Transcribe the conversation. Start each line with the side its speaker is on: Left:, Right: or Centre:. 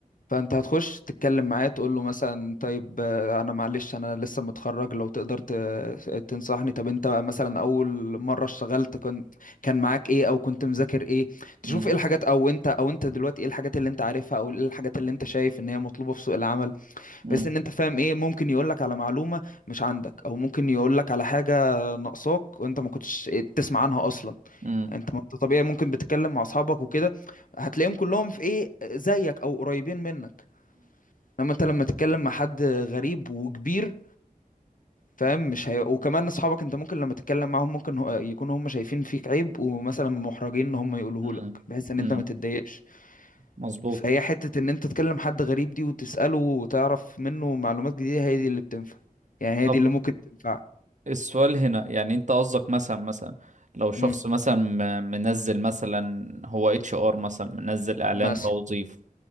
Left: فانت هتخش تتكلم معاه تقول له مثلا طيب آه، انا معلش انا لسه متخرج لو تقدر ت- تنصحني طب انت مثلا اول مره اشتغلت كان كان معاك ايه او كنت مذاكر ايه تشوف
Right: امم
Left: ايه الحاجات او انت او انت دلوقتي ايه الحاجات اللي انت عارفها او ايه الحاجات اللي انت شايف ان هي مطلوبه في سوق العمل
Right: امم
Left: بحيث ان انت فاهم ايه ممكن يقول لك على معلومه مش عندك او ممكن يقول لك على حاجه ناقصاك وانت ما كنتش تسمع عنها اصلا
Right: امم
Left: انت ما انت طبيعي ممكن بتتكلم مع اصحابك وكده هتلاقيهم كلهم في ايه زيك او قريبين منك انما انت لما تتكلم مع حد غريب وكبير فاهم مش هي... وكمان اصحابك انت ممكن لما تتكلم معاهم ممكن هو- يكونوا هم شايفين فيك عيب ومثلا محرجين ان هم يقولوه
Right: امم
Left: لك بحيث ان
Right: امم
Left: انت ما تتضايقش
Right: مظبوط
Left: فهي حتة ان انت تكلم حد غريب دي وتسأله وتعرف منه معلومات جديدة هي دي اللي بتنفع يعني هي
Right: طب
Left: دي اللي ممكن تنفعك
Right: السؤال هنا يعني انت قصدك مثلا مثلا لو شخص
Left: امم
Right: مثلا م- منزل مثلا هو اتش ار مثلا منزل اعلان
Left: مثلا
Right: توظيف